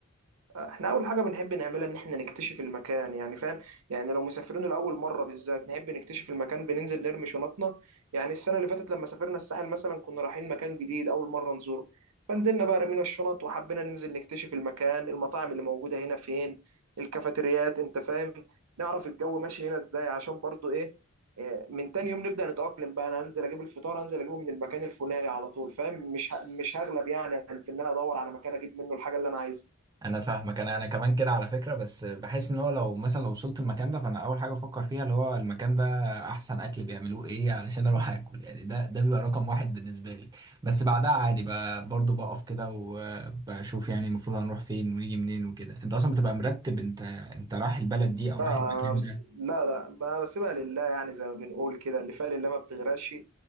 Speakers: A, on the right; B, on the right.
A: احنا اول حاجه بنحب نعملها ان احنا نكتشف المكان يعني فاهم يعني لو مسافرين لاول مره بالذات نحب نكتشف المكان بننزل نرمي شنطنا يعني السنه اللي فاتت لما سافرنا الساحل مثلا كنا رايحين مكان جديد اول مره نزوره فنزلنا بقى رمينا الشنط وحبينا ننزل نكتشف المكان المطاعم اللي موجوده هنا فين الكافيتريات انت فاهم نعرف الجو ماشي هنا ازاي عشان برضو ايه إيه، من تاني يوم نبدا نتاقلم بقى انا هنزل اجيب الفطار هنزل اجيبه من المكان الفلاني على طول فاهم مش ه- مش هغلب يعني في ان انا ادور على مكان اجيب منه الحاجه اللي انا عايزها
B: انا فاهمك انا انا كمان كده على فكره بس بحس ان هو لو مثلا لو وصلت المكان ده فانا اول حاجه بفكر فيها اللي هو المكان ده احسن اكل بيعملوه ايه علشان اروح اكل يعني ده ده بيبقى رقم واحد بالنسبه لي بس بعدها عادي ب- برضه بقف كده وبشوف يعني المفروض هنروح فين ونيجي منين وكده انت اصلا بتبقى مرتب انت انت رايح البلد دي او
A: لا
B: رايح المكان
A: بس
B: ده
A: لا لا ب- بسيبها لله يعني زي ما بنقول كده اللي فيها لله ما بتغرقش